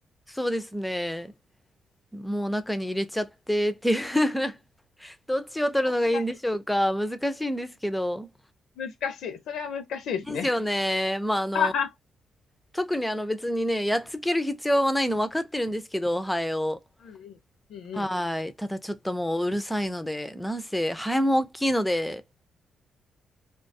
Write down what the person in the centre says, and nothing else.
そうですね。もう中に入れちゃってっていう <laughs> どっちを取るのがいいんでしょうか。
難しいんですけど。
ですよね。まあ、あの、
特にあの別にね、やっつける必要はないの分かってるんですけど、ハエを。
はい。ただちょっともううるさいので、なんせ、ハエも大きいので、